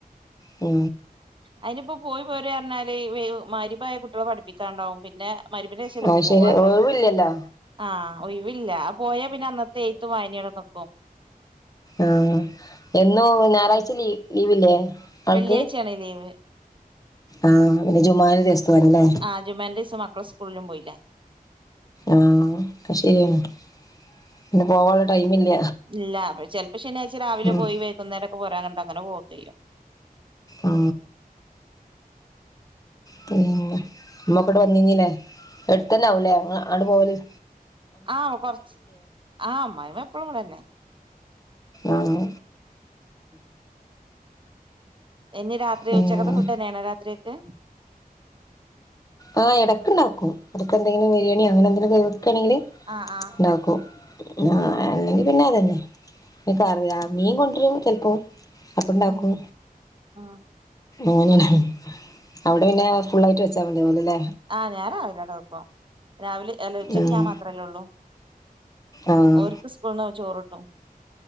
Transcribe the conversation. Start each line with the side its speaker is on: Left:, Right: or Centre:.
Left: ഓ
Right: അതിനിപ്പോ പോയി പോര പറഞ്ഞാല് മാരിയഭായ കുട്ടികളെ പഠിപ്പിക്കാണ്ടാവും പിന്നെ മരുമിനേശേയില
Left: ആഹ്
Right: ഇപ്പോ
Left: ശരി
Right: പോവുള്ളേ
Left: ഒഴിവില്ലല്ലോ
Right: ആഹ് ഒയവില്ല ആ പോയാ പിന്നെ അന്നത്തെ എഴത്ത് വായനയുടെ ക്ക
Left: ആഹ എന്നും ഞായറാഴ്ച ല ലീവില്ലേ ആൾക്ക്
Right: വെള്ളിയാഴ്ച അണയിലേവ്
Left: ആഹ് പിന്നെ ജുമാന്റെ ദിവസത്തല്ലേ
Right: ആ ജുമാൻറൈസും മക്കളെ സ്കൂളിലും പോയില്ലേ
Left: ആഹ ശരിയാണ് പിന്നെ പോവാനുള്ള ടൈമില്ല
Right: ഇല്ല ചിലപ്പോ ശനിയാഴ്ച രാവിലെ
Left: ഉം
Right: പോയി വെക്കുന്നേരൊക്കെ പോരാ കണ്ട അങ്ങനെ പോക ചെയ്യാം
Left: ആ പി അമ്മൊക്കോട്ട് വന്നല്ലേ എടുത്തന്നെ ആാവലേ അ പോല
Right: ആ കൊറച്ച് ആഹ് മ എപ്പഴും കൂടെ തന്നെ
Left: ആഹ്
Right: ഇനി രാത്രി
Left: പിന്നെ
Right: ഉച്ചക്കത്തെ ഫുഡ് ന്നെയണോ രാത്രിക്ക്
Left: ആഹ് എടക്ക്ണ്ടാക്കും അതക്കെന്തെങ്കിലും ബിരിയാണി അങ്ങനെ എന്തെങ്കിലും കേക്കയാണെങ്കി
Right: ആഹ് ആഹ്
Left: ഉണ്ടാക്കോ ആഹ് അല്ലെങ്കി പിന്നെ അതന്നെ എൻക്ക് അറിയ മീൻ കൊ <unintelligible> ചെലപ്പോ അപ്പണ്ടാക്കും
Right: ഉം ഉം
Left: അങ്ങനെയ അവിടെ പിന്നെ ഫുള്ളായിട്ട് വെച്ചാ മതിയാഊലല്ലേ
Right: ആഹ് ഞാൻ രാവിലെണ്ട് വെക്കു രാവിലെ എല ഉച്ചയ്ക്ക്
Left: ഉം
Right: ഞാൻ മാത്രല്ലേ ഉള്ളൂ
Left: ആഹ്
Right: ഓര്ക്ക് സ്കൂൾന്ന് ചോറ് കിട്ടും